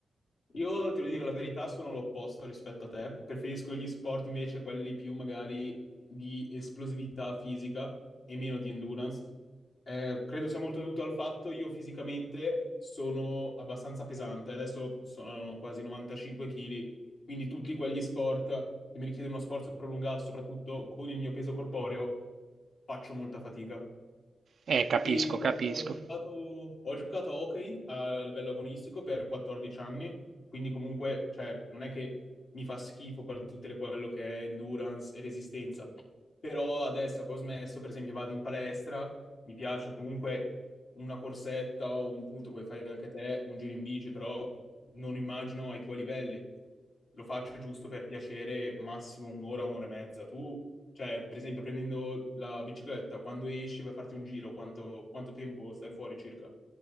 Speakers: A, on the left; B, on the right.
A: Io, te lo dire la verità, sono l'opposto rispetto a te. Preferisco gli sport invece quelli più magari di esplosività fisica e meno di endurance. Eh, credo sia molto dovuto al fatto io fisicamente sono abbastanza pesante. Adesso sono quasi 95 kg, quindi tutti quegli sport che mi richiedono uno sforzo prolungato, soprattutto con il mio peso corporeo, faccio molta fatica.
B: Eh, capisco,
A: E
B: capisco.
A: ho giocato, ho giocato a hockey a livello agonistico per 14 anni, quindi comunque, cioè, non è che mi fa schifo quel- tutte le- quello che è endurance e resistenza, però adesso che ho smesso, per esempio, vado in palestra, mi piace comunque una corsetta o un punto, come fai anche te, un giro in bici, però non immagino ai tuoi livelli. Lo faccio giusto per piacere, massimo un'ora, un'ora e mezza. Tu, cioè, per esempio, prendendo la bicicletta, quando esci vai a farti un giro, quanto, quanto tempo stai fuori circa?